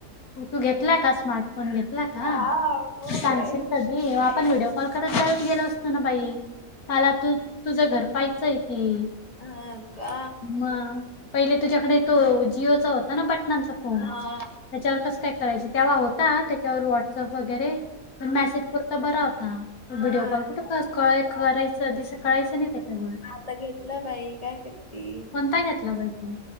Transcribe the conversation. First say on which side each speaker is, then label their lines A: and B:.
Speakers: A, on the left; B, on the left.
A: तू घेतला का स्मार्टफोन घेतला का
B: हा मग
A: सांगशील
B: बाई
A: कधी आपण व्हिडिओ कॉल करत जा गेलं असत ना बाई मला तू तुझ घर पाहायचं आहे ते
B: हा का
A: मग पहिले तुझ्याकडे तो जिओचा होता ना बटनांचा फोन
B: हा
A: त्याच्यावर कसं काय करायच तेव्हा होता त्याच्यावर वॉट अप वगैरे पण मेसेज करता बरा होता व्हिडिओ
B: हा
A: कॉल
B: हा
A: कुठे क करायच. सध सकाळायचं नाही त्याच्यावर
B: आता घेतलं बाई काय करती
A: कोणता घेतला बाई तो